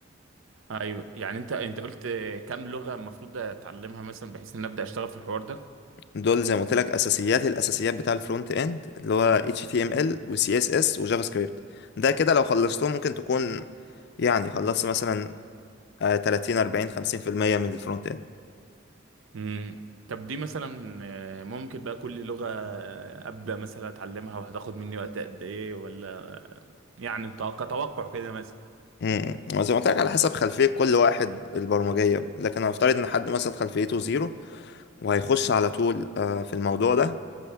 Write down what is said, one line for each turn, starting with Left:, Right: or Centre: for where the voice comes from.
Right: ايوه يعني انت انت قلت كام لغه المفروض اتعلمها مثلا بحيث ان أنا ابدا اشتغل في الحوار ده
Left: دول زي ما قلت لك اساسيات الاساسيات بتاع الفرونت اند اللي هو HTML و CSS و جافا سكريبت ده كده لو خلصتهم ممكن تكون يعني خلصت مثلا آه، 30 40 50% من الفرونت اند
Right: امم طب دي مثلا آه، ممكن بقى كل لغة آه، أبدأ مثلا أتعلمها وهتاخد مني وقت قد إيه ولا يعني ط- كتوقع كده مثلا
Left: امم وزي ما قلت لك على حسب خلفية كل واحد البرمجية لكن هنفترض ان حد مثلا خلفيته زيرو وهيخش على طول آه، في الموضوع ده